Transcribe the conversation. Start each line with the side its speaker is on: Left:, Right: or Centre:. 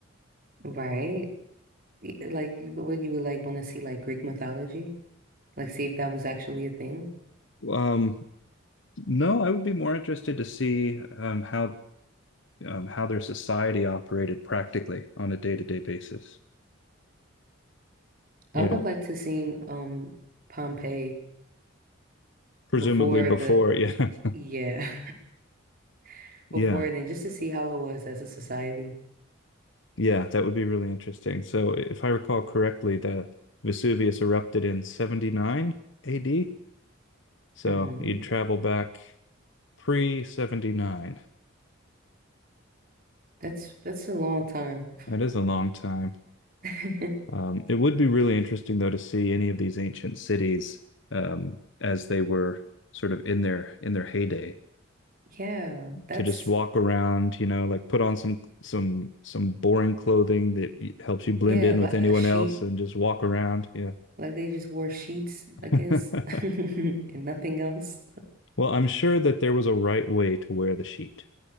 Right: Right? Y- Like you- what you would like want to see like Greek mythology? Like see if that was actually a thing.
Left: Um, No, I would be more interested to see um, how um, how their society operated practically on a day-to-day basis. You
Right: I would
Left: know,
Right: have liked to seen um Pompeii
Left: presumably
Right: before
Left: before.
Right: the
Left: Yeah. <laughs>
Right: yeah, <laughs> before
Left: Yeah.
Right: then just to see how it was as a society.
Left: Yeah. That would be really interesting. So if I recall correctly, the Vesuvius erupted in 79 AD. So
Right: hmm
Left: you'd travel back pre-79.
Right: That's that's a long time.
Left: That is a long time.
Right: <laughs>
Left: Um, it would be really interesting though to see any of these ancient cities um, as they were sort of in their in their heyday.
Right: Yeah, that's
Left: to just walk around, you know, like put on some some some boring clothing that helps you blend
Right: yeah,
Left: in
Right: like
Left: with anyone
Right: a sheep.
Left: else and just walk around. Yeah.
Right: Like they just wore sheets, I guess,
Left: <laughs>
Right: <laughs> and nothing else.
Left: Well, I'm sure that there was a right way to wear the sheet.